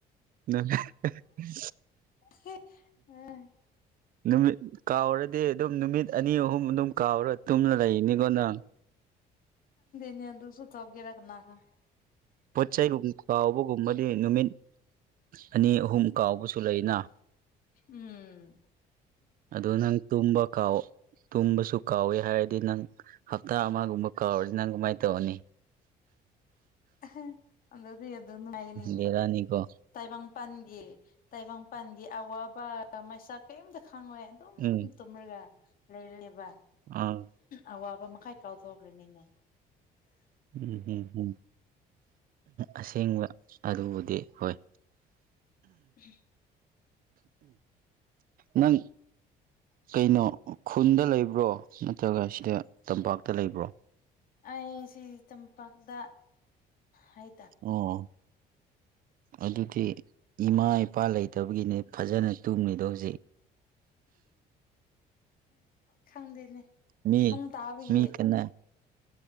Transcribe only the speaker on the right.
ꯅꯪ <unintelligible>
ꯅꯨꯃꯤꯠ ꯀꯥꯎꯔꯗꯤ ꯑꯗꯨꯝ ꯅꯨꯃꯤꯠ ꯑꯅꯤ ꯑꯍꯨꯝ ꯑꯗꯨꯝ ꯀꯥꯎꯔ ꯇꯨꯝꯃ ꯂꯩꯔꯤꯅꯦ ꯀꯣ ꯅꯪ
ꯄꯣꯠ ꯆꯩꯒꯨꯝ ꯀꯥꯎꯕꯒꯨꯝꯕꯗꯤ ꯅꯨꯃꯤꯠ ꯑꯅꯤ ꯑꯍꯨꯝ ꯀꯥꯎꯕꯁꯨ ꯂꯩꯅ
ꯑꯗꯨ ꯅꯪ ꯇꯨꯝꯕ ꯀꯥꯎ ꯇꯨꯝꯕꯁꯨ ꯀꯥꯎꯌꯦ ꯍꯥꯏꯔꯗꯤ ꯅꯪ ꯍꯞꯇ ꯑꯃꯒꯨꯝꯕ ꯀꯥꯎꯔꯗꯤ ꯅꯪ ꯀꯃꯥꯏꯅ ꯇꯧꯅꯤ
ꯕꯦꯔꯥꯅꯤꯀꯣ
ꯎꯝ
ꯑꯥ
ꯎꯝ ꯎꯝ ꯎꯝ ꯑꯁꯦꯡꯕ ꯑꯗꯨꯕꯨꯗꯤ ꯍꯣꯏ
ꯅꯪ ꯀꯩꯅꯣ ꯈꯨꯟꯗ ꯂꯩꯕ꯭ꯔꯣ ꯅꯠꯇ꯭ꯔꯒ ꯁꯤꯗ ꯇꯝꯄꯥꯛꯇ ꯂꯩꯕ꯭ꯔꯣ
ꯑꯣ ꯑꯗꯨꯗꯤ ꯏꯃꯥ ꯏꯄꯥ ꯂꯩꯇꯕꯒꯤꯅꯦ ꯐꯖꯅ ꯇꯨꯝꯃꯤꯗꯣ ꯍꯧꯖꯤꯛ
ꯃꯤꯃꯤ
ꯀꯥꯅ